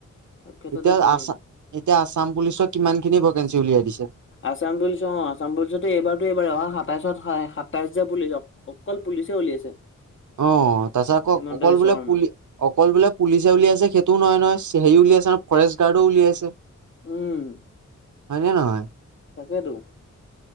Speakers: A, on the left; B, on the right.
A: চব ক্ষেত্ৰতে
B: এতিয়া
A: সুবিধা
B: আ এতিয়া আছাম পুলিচক কিমান খিনি ভেকেঞ্চি উলিয়াই দিছে।
A: আছাম পুলিছ অ আছাম পুলিচ এইবাৰতো এইবাৰ অহা সাত। সাতাইশত সাতাইশ যে পুলিচ অকল পুলিচে উলিয়াইছে।
B: অ তাৰ পাছত আকৌ
A: হিমন্ত
B: অকল
A: বিশ্ব
B: বোলে
A: শৰ্মাই
B: পুলি অকল বোলে পুলি চউলি আছে সেইটো নহয় নহয়। স হেৰি উলিয়াইছে আৰু ফৰেষ্ট গাৰ্ডও উলিয়াইছে।
A: উম।
B: হয় জে নহয়।
A: তাকেতো